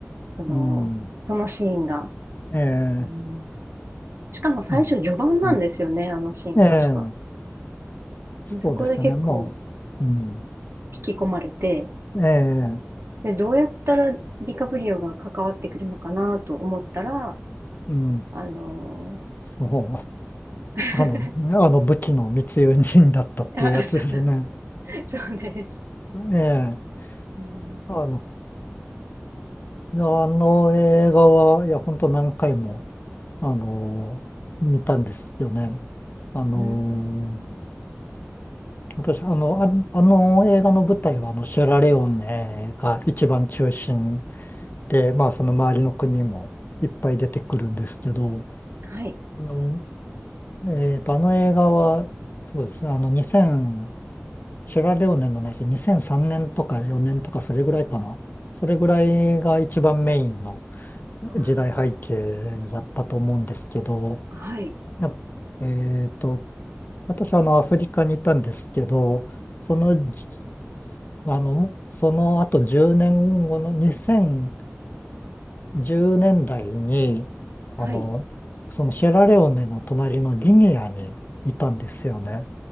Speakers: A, on the right; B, on the left.
A: その、
B: うん。
A: そのシーンが。
B: え
A: うん、
B: え、
A: しかも最初序盤なんですよね、
B: うん。うん
A: あのシーン確か。
B: ええ、
A: で、
B: そうですよね。
A: そこで結構
B: もう、うん。
A: 引き込まれて、
B: ええ、
A: で、どうやったらディカプリオが関わってくるのかなと思ったら、
B: うん。
A: あの
B: も
A: ー
B: う、あの、あの武器の密輸人だったっていうやつですね。
A: <laughs> あ、そう、そうです。
B: ええ、
A: うん、
B: あの、いやあの映画は、いや、本当何回も、あの、見たんですよね。あの、
A: うん
B: 私、あの、あ、あの映画の舞台は、あの、シェラレオネが一番中心で、まあ、その周りの国もいっぱい出てくるんですけど、
A: はい。
B: あの、えーと、あの映画は、そうですね、あの、2000、シェラレオネのないです、2003年とか4年とか、それぐらいかな。それぐらいが一番メインの、
A: あ、
B: 時代背景だったと思うんですけど、
A: はい。
B: やっえっと、私はあのアフリカにいたんですけど、そのじ、
A: うん、
B: あの、その後10年後の2010年代に、あの、
A: はい。
B: そのシェラレオネの隣のギニアにいたんですよね。